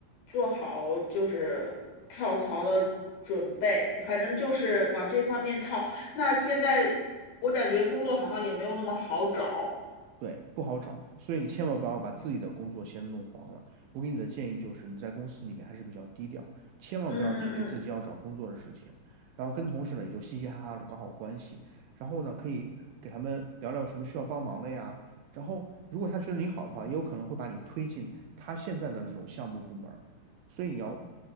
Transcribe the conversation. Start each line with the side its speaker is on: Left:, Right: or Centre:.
Left: 做好就是跳槽的准备，反正就是往这方面靠。那现在我感觉工作好像也没有那么好找。
Right: 对，不好找，所以你千万不要把自己的工作先弄黄了。我给你的建议就是，你在公司里面还是比较低调，千万不要提你自己要找工作的事情，
Left: 嗯嗯嗯。
Right: 然后跟同事呢也就嘻嘻哈哈的搞好关系，然后呢可以给他们聊聊有什么需要帮忙的呀。然后如果他觉得你好的话，也有可能会把你推进他现在的这种项目部门儿所以你要